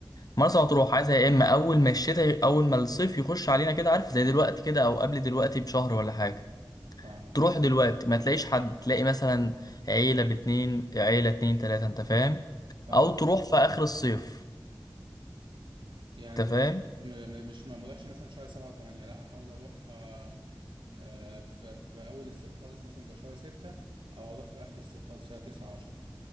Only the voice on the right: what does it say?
فاهمك
فاهمك
يعني
مش
م- م- مش ما بروحش مثلا في شهر سبعة وثمانية لا احاول اروح آه، آه، في في اول الصيف خالص مثلا زي شهر ستة او اروح في اخر الصيف خالص شهر تسعة عشرة